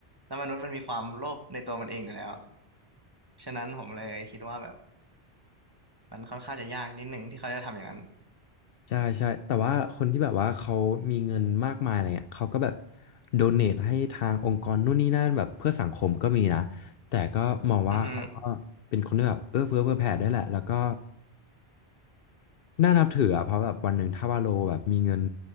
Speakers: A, on the right; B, on the left.
A: แล้วมนุษย์มันมีความโลภในตัวมันเองอยู่แล้วฉะนั้นผมเลยคิดว่าแบบมันค่อนข้างจะยากนิดหนึ่งที่เขาจะทำอย่างนั้น
B: ใช่ใช่แต่ว่าคนที่แบบว่าเขามีเงินมากมายอะไรเงี้ยเขาก็แบบโดเนทให้ทางองค์กรนู่นนี่นั่นแบบเพื่อสังคมก็มีนะแต่ก็มองว่าเขาก็
A: อือฮึ
B: เป็นคนที่แบบเอื้อเฟื้อเผื่อแผ่ได้วยแหละแล้วก็ น่านับถืออะเพราะแบบวันหนึ่งถ้าวาโลแบบมีเงิน